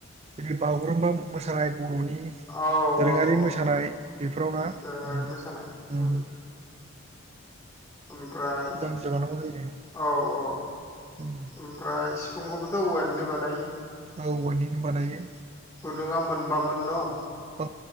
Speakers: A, on the right; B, on the left.
A: जुदि बागुरुम्बा मोसानाय बर'नि
B: औ
A: दोरोङारि
B: औ औ
A: मोसानाय बेफोराव ना
B: दोरोङारि
A: ओं
B: मोसानाय <inaudible> <unintelligible> ओमफ्राय
A: जान्जि बानांगौ जायो
B: औ औ
A: उम
B: ओमफ्राय सिफुंखौबोथ' औवानिनो बानायो
A: औ औवानिनो बानायो
B: दुङा मोनबामोन न'
A: औ